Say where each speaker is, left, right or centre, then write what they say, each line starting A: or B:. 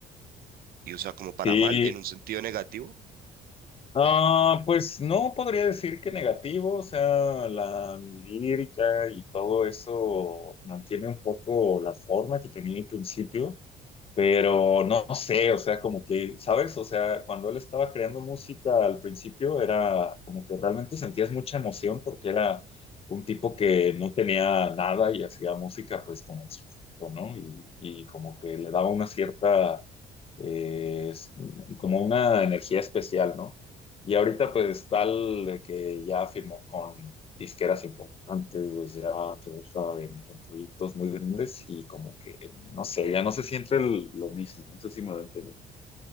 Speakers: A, on the right; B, on the left.
A: y, o sea, como para
B: Sí,
A: mal, en un sentido negativo.
B: Ah, pues no podría decir que negativo, o sea, la lírica y todo eso mantiene un poco la forma que tenía al principio, pero no sé, o sea, como que, ¿sabes? O sea, cuando él estaba creando música al principio era como que realmente sentías mucha emoción porque era un tipo que no tenía nada y hacía música pues como en su, ¿no? Y, y como que le daba una cierta eh, es como una energía especial, ¿no? Y ahorita pues tal de que ya firmó con disqueras importantes, ya trabaja en, en proyectos muy grandes y como que, no sé, ya no se siente el- lo mismo, no sé si me voy a entender.